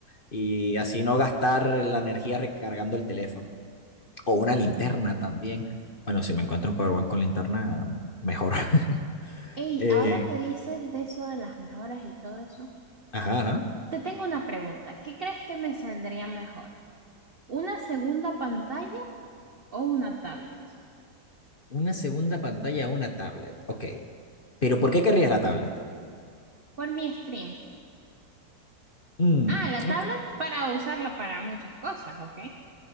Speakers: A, on the left; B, on the right.
A: y así no gastar la energía recargando el teléfono o una linterna también. Bueno, si me encuentro un Powerbank con linterna, mejor. <laughs>
B: Ey,
A: Eh,
B: ahora que dices de eso de las mejoras y todo eso,
A: ajá, ajá.
B: te tengo una pregunta. ¿Qué crees que me saldría mejor? ¿Una segunda pantalla o una tablet?
A: Una segunda pantalla a una tablet. Ok. Pero ¿por qué querrías la tablet?
B: Por mi stream.
A: Mm,
B: Ah, la
A: ok.
B: tablet para usarla para muchas cosas, ok.